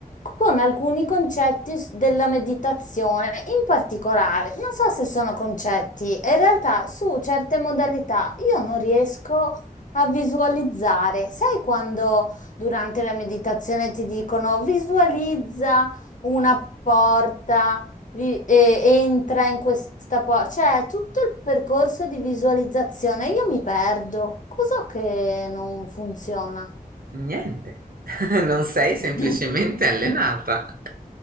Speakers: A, on the left; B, on the right.
A: con alcuni concetti s- della meditazione, in particolare, non so se sono concetti, in realtà su certe modalità io non riesco a visualizzare. Sai quando durante la meditazione ti dicono visualizza una porta? vi- e- entra in questa porta. Cioè, tutto il percorso di visualizzazione, io mi perdo. Cos'ho che non funziona?
B: niente, <laughs> non sei semplicemente
A: <laughs>
B: allenata.